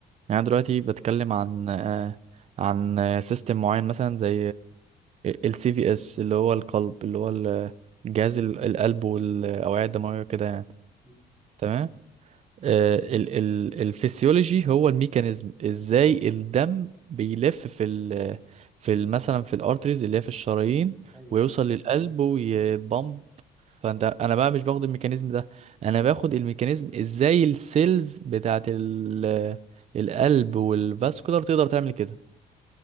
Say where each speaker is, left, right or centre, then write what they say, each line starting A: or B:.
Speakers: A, on the right; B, in the centre.
A: أنا دلوقتي بتكلم عن آه، عن سيستم معين مثلا زي السي في اس اللي هو القلب اللي هو ال- جهاز ال- القلب والاوعيه الدمويه وكده يعني
B: مم.
A: تمام آه، ال ال الفسيولوجي هو الميكانيزم ازاي الدم بيلف في ال في ال مثلا في الارتريز اللي هي في الشرايين
B: ايوه
A: ويوصل
B: ايوه
A: للقلب ويتبمب فانت انا بقى مش باخد الميكانيزم ده انا باخد الميكانيزم ازاي السيلز بتاعت ال القلب والفاسكولار تقدر تعمل كده